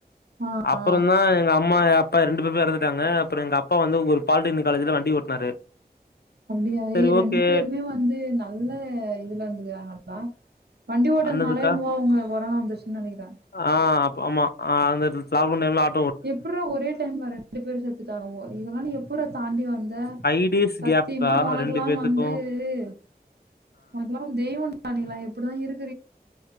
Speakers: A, on the right (about 75°); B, on the left (about 75°).
A: ஆ
B: அப்றொ
A: ஆ
B: தா எங்க அம்மா அப் அப்பா ரெண்டு பேருமே எறந்துட்டாங்க அப்றொ எங்க அப்பா வந்து ஒரு பாலிடெனிக் காலேஜ்ல வந்து வண்டி ஓட்னாரு
A: அப்டியா
B: சரி
A: ஏ ரெண்டு
B: ஓகே
A: பேருமே வந்து நல்ல இதுல இருந்துக்றாங்கப்பா வண்டி ஓட்டதுனாலோ
B: அண்ணதுக்கா
A: என்னவோ ஒங்க கொரோனா வந்துருச்சினு நெனைக்றே
B: ஆ அப்ப ஆமா அந்தந் லாக் டவுன் டைம்ல ஆட்
A: எப்புட்ரா ஒரே டைம்ல ரெண்டு பேரும் செத்துட்டாங்க இதெல்லா எப்புட்ரா தாண்டி வந்த
B: ஃபைவ் டேஸ்
A: சத்தியமா
B: கேப்புக்கா
A: ஒனக்கெல்லா
B: ரெண்டு பேத்துக்கு
A: வந்துஹ் ஒனக்கெல்லா தெய்வ தனிவா எப்டிதா இருக்